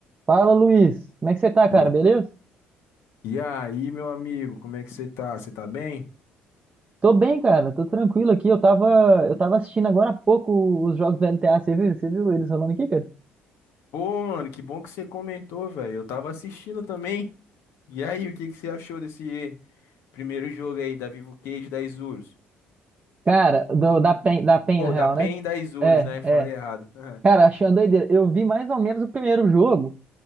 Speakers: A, on the right; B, on the left.
A: Fala, Luiz. Como é que você tá, cara?
B: E,
A: Beleza?
B: e aí, meu amigo, como é que você tá? Você tá bem?
A: Tô bem, cara. Tô tranquilo aqui. Eu tava, eu tava assistindo agora há pouco os jogos da LTA. Você viu? Você viu eles rolando aqui, cara?
B: Pô, mano, que bom que você comentou, velho. Eu tava assistindo também. E aí, o que que você achou desse primeiro jogo aí da Vivo Cage da Isurus?
A: Cara, do- da PEN, da PEN,
B: Pô,
A: na real,
B: da PEN
A: né?
B: da Isurus,
A: É,
B: né? Falei
A: é.
B: errado. <laughs>
A: Cara, achando uma doideira. Eu vi mais ou menos o primeiro jogo.